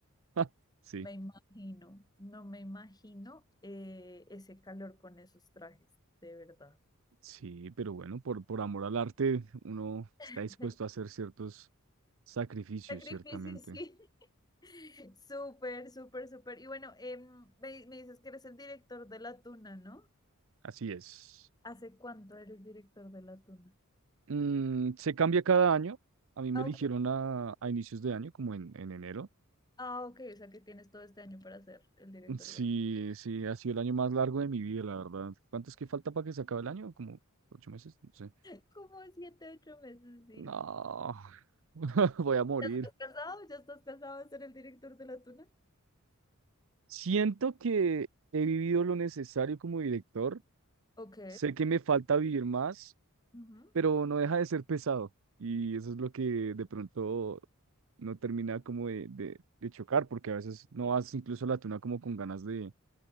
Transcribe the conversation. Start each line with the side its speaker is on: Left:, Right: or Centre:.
Right: Ja, sí,
Left: Me imagino, no me imagino eh, ese calor con esos trajes, de verdad.
Right: Sí, pero bueno, por, por amor al arte, uno está
Left: <laughs>
Right: dispuesto a hacer ciertos sacrificios,
Left: Sacrificio,
Right: ciertamente.
Left: sí. <laughs> Súper, súper, súper. Y bueno, em, me, me dices que eres el director de La Tuna, ¿no?
Right: Así es.
Left: ¿Hace cuánto eres director de La Tuna?
Right: Mm, se cambia cada año. A mí me
Left: Ah,
Right: eligieron
Left: ok,
Right: a, a inicios de año, como en, en enero.
Left: Ah, ok, o sea que tienes todo este año para ser el director
Right: <laughs> Sí,
Left: de la
Right: sí, ha sido el año más largo de mi vida, la verdad. ¿Cuánto es que falta para que se acabe el año? Como ocho meses, no sé.
Left: <laughs> Como siete, ocho meses, sí.
Right: No, <laughs> voy a morir.
Left: ¿Ya estás casado? ¿Ya estás casado de ser el director de la tuna?
Right: Siento que he vivido lo necesario como director.
Left: Ok.
Right: Sé que me falta vivir más,
Left: Ujú.
Right: pero no deja de ser pesado. Y eso es lo que de pronto no termina como de, de, de chocar, porque a veces no
Left: Eh,
Right: vas incluso a la tuna como con ganas de,